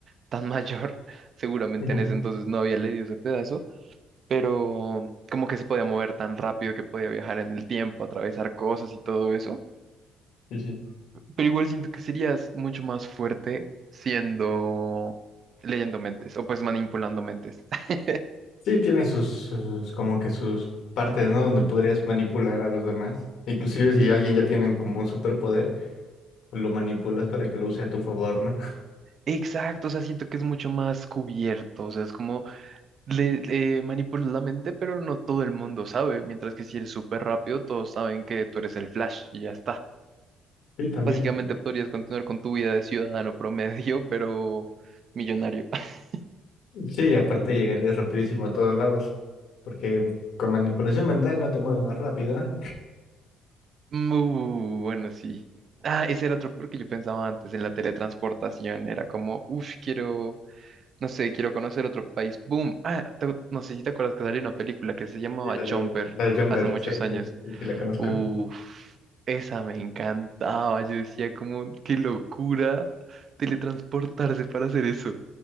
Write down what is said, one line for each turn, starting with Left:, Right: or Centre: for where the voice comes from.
Right: tan mayor, <laughs> seguramente
Left: <laughs>
Right: en ese entonces no había leído ese pedazo, pero como que se podía mover tan rápido que podía viajar en el tiempo, atravesar cosas y todo eso.
Left: Sí, sí.
Right: Pero igual siento que serías mucho más fuerte siendo leyendo mentes o pues manipulando mentes. <laughs>
Left: Sí, tiene sus, sus- como que sus partes, ¿no? Donde podrías manipular a los demás. Inclusive si alguien ya tiene como un superpoder, pues lo manipulas para que lo use a tu favor, ¿no? <laughs>
Right: Exacto, o sea, siento que es mucho más cubierto, o sea, es como le eh, manipulas la mente, pero no todo el mundo sabe, mientras que si eres súper rápido, todos saben que tú eres el Flash y ya está.
Left: Sí, también.
Right: Básicamente podrías continuar con tu vida de ciudadano promedio, pero millonario. <laughs>
Left: Sí, aparte llegarías rapidísimo a todos lados, porque con manipulación mental no te mueves más rápido, ¿eh?
Right: Uh, bueno, sí. Ah, ese era otro porque yo pensaba antes en la teletransportación. Era como, uff, quiero, no sé, quiero conocer otro país. Boom. Ah, te- no sé si te acuerdas que salió una película que se llamaba
Left: Sí, la de,
Right: Jumper
Left: la de Jumper,
Right: hace muchos
Left: sí, sí,
Right: años.
Left: sí, sí la conozco.
Right: Uf, esa me encantaba. Yo decía como, qué locura teletransportarse para hacer eso.